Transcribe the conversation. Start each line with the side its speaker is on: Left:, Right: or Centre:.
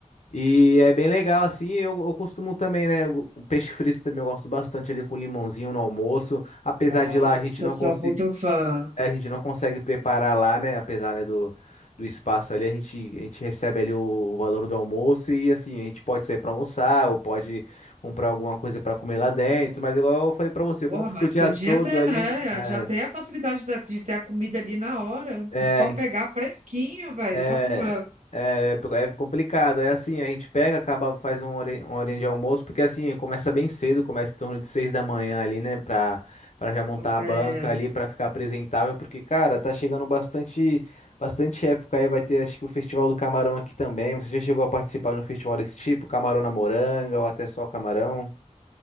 Left: e é bem legal, assim, eu, eu costumo também, né, o o peixe frito também eu gosto bastante ali com limãozinho no almoço, apesar
Right: Nossa,
Left: de lá a gente não
Right: sou
Left: conseguir
Right: muito fã.
Left: é, a gente não consegue preparar lá, né? Apesar, né, do, do espaço ali, a gente, a gente recebe ali o valor do almoço e assim, a gente pode sair para almoçar ou pode comprar alguma coisa para comer lá dentro, mas igual eu falei para você,
Right: Porra,
Left: como fica
Right: mas
Left: o dia
Right: podia
Left: todo
Right: ter,
Left: ali,
Right: né?
Left: é,
Right: Já tem a facilidade da- de, ter a comida ali na hora.
Left: é,
Right: Só pegar fresquinho, velho.
Left: É,
Right: Só pra...
Left: é, é é complicado. É assim, a gente pega, acaba, faz um hori- uma horinha de almoço, porque assim, começa bem cedo, começa em torno de seis da manhã ali, né? Pra, pra já montar a
Right: é,
Left: banca ali, pra ficar apresentável, porque, cara, tá chegando bastante, bastante época aí. Vai ter, acho que o Festival do Camarão aqui também. Você já chegou a participar de um festival desse tipo? Camarão na Moranga, ou até só camarão?